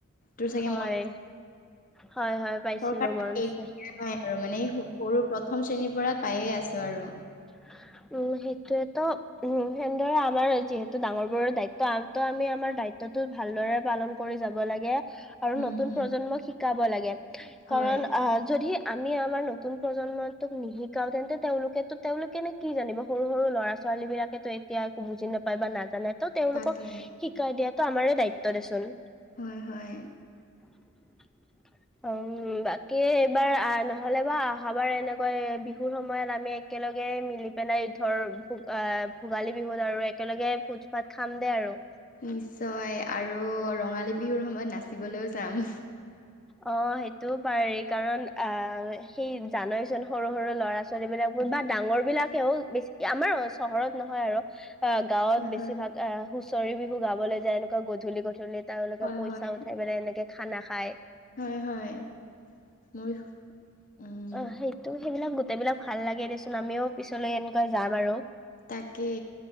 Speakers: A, on the left (about 40°); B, in the centre.
A: তোৰ চাগে
B: হয়
A: মৰ
B: হয় হয় পাইছিলো
A: চৰকাৰে
B: মনত
A: এৰি
B: আছে।
A: দিয়া নাই আৰু মানে সৰু প্ৰথম শ্ৰেণীৰ পৰা পায়ে আছো আৰু।
B: <unintelligible> উম সেইটোয়েতো, উম সেনেদৰে আমাৰ যিহেতু ডাঙৰবোৰৰ দায়িত্ব আমত আমি আমাৰ দায়িত্ব দায়িত্বতো ভালদৰে পালন কৰি যাব লাগে। আৰু
A: উম
B: নতুন
A: হম
B: প্ৰজন্মক শিকাব লাগে,
A: হয়
B: কাৰণ আহ যদি আমি আমাৰ নতুন প্ৰজন্মটোক নিশিকাও তেন্তে তেওঁলোকেতো তেওঁলোকে নে কি জানিব সৰু সৰু ল'ৰা- ছোৱালী বিলাকেতো এতিয়া একো বুজি নাপায় বা নাজানে ত তেওঁলোকক
A: তাকে
B: শিকাই দিয়াটো আমাৰ দায়িত্ব দেচোন।
A: হয় হয়
B: <unintelligible> উম বাকী এইবাৰ নহলে বা অহাবাৰ এনেকৈ বিহুৰ সময়ত আমি একেলগে মিলি পেলাই ধৰ ভো আহ ভোগালী বিহুত আৰু একেলগে ভোজ ভাত খাম দে আৰু।
A: নিশ্চয় আৰু ৰঙালী বিহুৰ সময়ত নাচিবলৈও যাম।
B: অ সেইটোও পাৰি কাৰণ আহ সেই জানইচোন সৰু সৰু ল'ৰা - ছোৱালীবিলাক বা ডাঙৰ বিলাকেও বেছি আমাৰ চহৰত নহয় আৰু। অ গাঁৱত
A: হয়
B: বেছি
A: হয়
B: ভাগ, আহ হুঁচৰি বিহু গাবলৈ যায় এনেকুৱা গধূলি গধূলিত। তেওঁলোকে
A: হয়
B: পইচা
A: হয়
B: উঠাই পেনে এনেকে খানা খায়।
A: হয় হয় মোৰ উম
B: অ সেইটো সেইবিলাক গোটেইবিলাক ভাল লাগে দেচোন আমিও পিছলৈ এনেকৈ যাম আৰু।
A: তাকে।